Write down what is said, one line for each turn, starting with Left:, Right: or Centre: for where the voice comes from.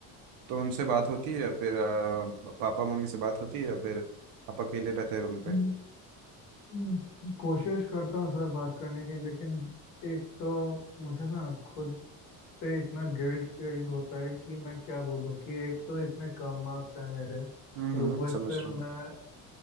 Right: तो उनसे बात होती है या फिर अ, पापा मम्मी से बात होती है या फिर आप अकेले रहते हैं रूम पे
Left: हम्म, हम्म, कोशिश करता हूँ सर बात करने की लेकिन एक तो मुझे ना खुद पे इतना गिल्ट फील होता है कि मैं क्या बोलूँ कि एक तो इतने कम मार्क्स हैं मेरे
Right: हम्म
Left: और
Right: हम्म,
Left: ऊपर
Right: समझ
Left: से मैं
Right: रहा हूँ